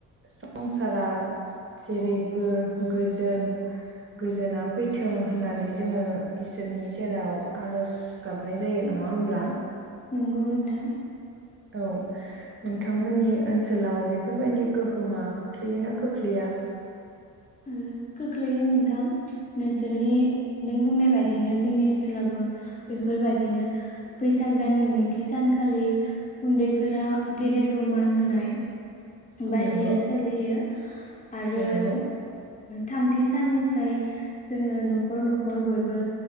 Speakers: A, on the right (about 25°); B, on the left (about 15°).
A: संसारा जेरैबो गोजोन गोजोना फैथों होननानै जोङो इसोरनि सेराव आरज गाबनाय जायो नङा होमब्ला?
B: नंगौ नोंथां।
A: औ नोंथांमोननि ओनसोलाव बेफोरबायदि गोहोमा खोख्लैयोना खोख्लैया?
B: ओ खोख्लैयो नोंथां नोंसोरनि नों बुंनाय बायदिनो जोंनि ओनसोलावबो बेफोरबायदिनो बैसाग दाननि नैथि सानखालि उन्दैफोरा गेदेरखौ मान होनाय
A: औ
B: बायदिया
A: नंगौ
B: सोलियो आरो
A: औ नंगौ
B: थामथि साननिफ्राय जोङो न'खर न'खर खर बयबो